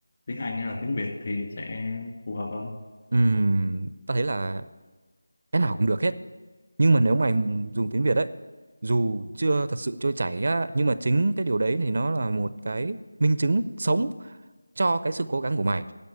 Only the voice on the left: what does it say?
tiếng Anh hay là tiếng Việt thì sẽ phù hợp hơn